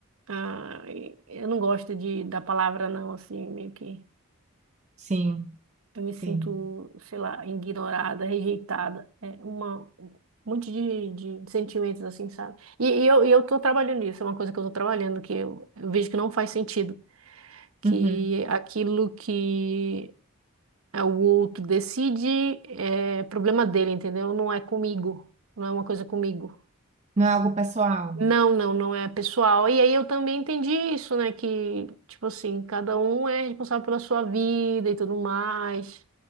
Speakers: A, on the right; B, on the right.
A: ah, eu não gosto de da palavra não, assim, meio que
B: Sim,
A: Eu me sinto,
B: sim.
A: sei lá, ignorada, rejeitada. É uma, um monte de, de sentimentos assim, sabe? E, e eu, e eu tô trabalhando nisso, é uma coisa que eu tô trabalhando, que eu, eu vejo que não faz sentido. Que
B: Uhum.
A: aquilo que é o outro decide é problema dele, entendeu? Não é comigo. Não é uma coisa comigo.
B: Não é algo pessoal?
A: Não, não, não é pessoal. E aí eu também entendi isso, né? Que, tipo assim, cada um é responsável pela sua vida e tudo mais.